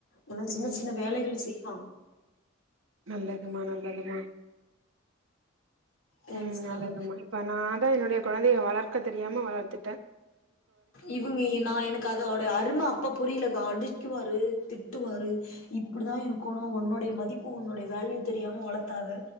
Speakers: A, on the left; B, on the right.
A: ல்லா சின்ன
B: ம்
A: சின்ன வேலைகள் செய்வான்
B: நல்லதுமா நல்லதுமா
A: தேங்க்ஸ்கா
B: உம் நல்லதுமா இப்ப நான் தான் என்னுடைய குழந்தையை வளர்க்க தெரியாம வளர்த்துட்டேன்
A: இவங்க நான் எனக்கு அதோட அருமை அப்ப புரியலக்கா அடிக்குவாரு திட்டுவாரு இப்படிதான் இருக்கணும் உன்னுடைய மதிப்பு உன்னுடைய வேல்யூ தெரியாம வளத்தாத